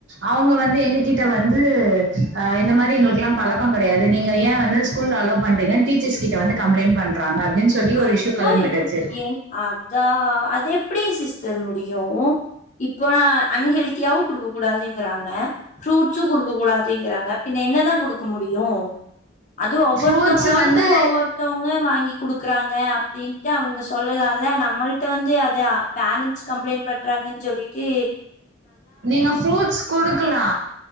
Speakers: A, on the right; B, on the left.
A: அவங்க வந்து எங்க கிட்ட வந்து இந்தமாரி எங்களுக்கெல்லா பழக்கோ கெடையாது நீ ஏ வந்து ஸ்கூல அலோ பண்றீங்கு டீச்சர்ஸ் கிட்ட வந்து கம்ப்ளைண்ட் பண்றாங்க பண்றங்க அப்டின்னு சொல்லி ஒரு
B: அப்போ
A: இஷயூ கெளம்பிடுச்சு
B: என் அதா அது எப்டி சிஸ்டர் முடியு இப்ப அன்ஹெல்தியாவு குடுக்க கூடாதுங்கறாங்க ஃப்ரூட்சு குடுக்க கூடாதுங்கறாங்க பின்ன என்னதா குடுக்க முடியு அதுவு ஒவ்வொருத்தவங்களோடது
A: ஃப்ரூட்ஸ் வந்து
B: ஒவ்வொருத்தவங்க வாங்கி குடுக் குடுக்குறாங்க அப்டிண்ட்டு அவங்க சொல்லலால நம்மள்ட வந்து அத பேரண்ட்ஸ் கம்ப்ளைண்ட் பண்றாங்கன்னு சொல்லி டு
A: நீங்க ஃரூட்ஸ் கொடுக்கலா